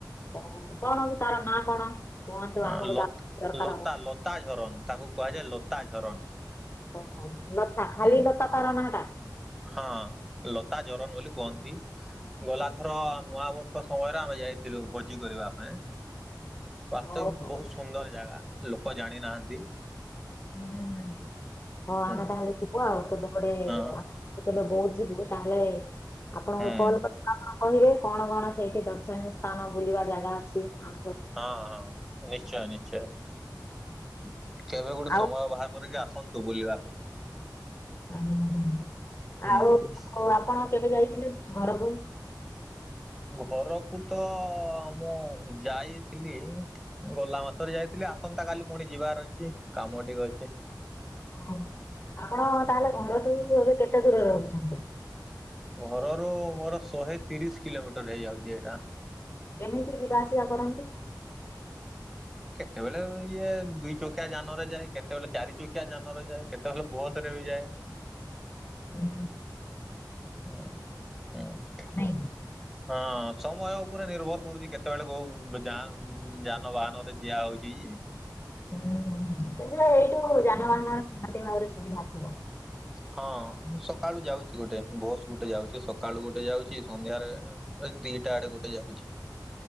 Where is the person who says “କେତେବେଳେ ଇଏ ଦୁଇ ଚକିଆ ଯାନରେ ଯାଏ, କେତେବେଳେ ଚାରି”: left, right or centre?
Centre